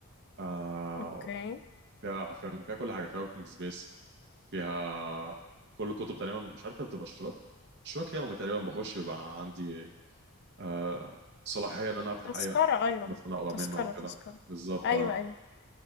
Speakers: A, on the right (about 50°); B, on the left (about 50°).
A: آه
B: اوكي
A: فيها حرفيا فيها كل حاجه فيها وركينج سبيس فيها كل الكتب تقريبا مش عارف بتبقى اشتراك اشتراك يومي تقريبا بخش بيبقى عندي آه صلاحيه ان انا افتح
B: تذكرة
A: اي
B: ايوه
A: بس انا اقرا
B: تذكرة
A: منه وكده
B: تذكرة
A: بالظبط
B: ايوه
A: اه
B: ايوه